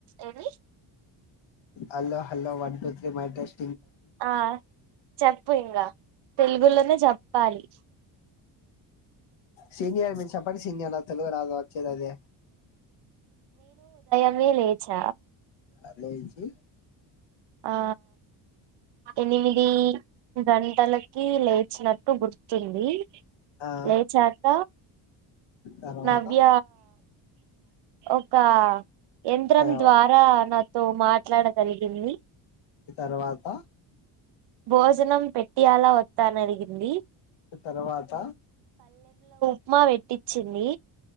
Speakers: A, on the right; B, on the left.
A: ఏవి
B: hello hello one two three mile test
A: ఆ చెప్పు ఇంగా తెలుగులోనే చెప్పాలి
B: సీనియర్ మిరూచేపండి సీనియర్ నా తెలుగు రాదు వచ్చేదదే
A: ఇప్పుడే లేచా
B: ఆ లేచి
A: ఆ ఎనిమిది గంటల కి లేచినట్టు గుర్తుంది
B: ఆ
A: లేచాక
B: తర్వాత
A: నవ్య ఓ క యంత్రం
B: ఆ
A: ద్వారా నాతో మాట్లాడగలిగింది
B: తర్వాత
A: భోజనం పెట్టి అలా ఒత్త అని అరిగింది
B: తర్వాత
A: ఉప్మా పేటించింది